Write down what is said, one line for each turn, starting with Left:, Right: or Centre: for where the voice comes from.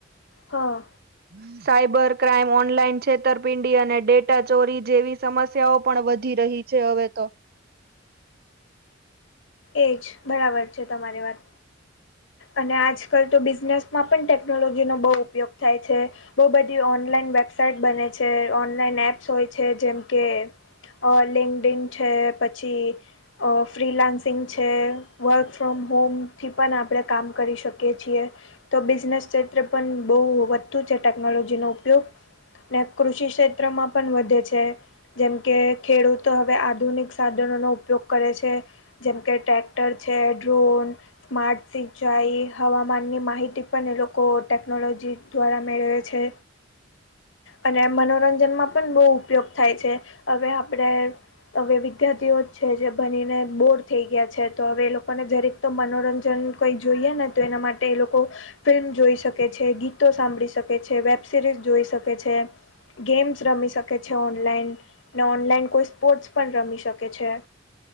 Left: હા
Right: હમ સાયબર ક્રાઇમ ઓનલાઈન છેતરપિંડી અને ડેટા ચોરી જેવી સમસ્યાઓ પણ વધી રહી છે છે હવે તો
Left: એજ બરાબર છે તમારી વાત અને આજકાલ તો બિઝનેસમાં પણ ટેકનોલોજીનો બહુ ઉપયોગ થાય છે બહુ બધી ઓનલાઈન વેબસાાઈટ બને છે ઓનલાઈન એપ્સ હોય છે જેમકે અ લેંગડન છે પછી ફ્રીલાન્સ સિંગ છે વર્ક ફ્રોમ હોમથી પણ આપણે કામ કરી શકીએ છીએ તો બિઝનેસ ક્ષેત્રે પણ બહુ વધતુ છે ટેકનોલોજીનોો ઉપયોગ ને કૃષિ ક્ષેત્રમાં પણ વધે છે જેમ કે ખેડૂતો હવે આધુનિક સાધનો નો ઉપયોગ કરે છે જેમકે ટ્રેક્ટર છે ડ્રોન સ્માર્ટ સી જાય હવામાનની માહિતી પણ એ લોકો ટેકનોલોજી દ્વારા મેળવે છે અને મનોરંજનમાં પણ બહુ ઉપયોગ થાય છે હવે આપણે હવે વિદ્યાર્થીઓ જ છે જે ભનીને બોર થઈ ગયા છે તો હવે એ લોકોને જરીક તો મનોરંજન કંઈ જોઈએ ને તો એના માટે એ લોકો ફિલ્મ જોઈ શકે છે ગીતો સાંભળી શકે છે વેબ સિરીઝ જોઈ શકે છે ગેમ્સ રમી શકે છે ઓનલાઈન ને ઓનલાઈન કોઈ સ્પોર્ટ્સ પણ રમી શકે છે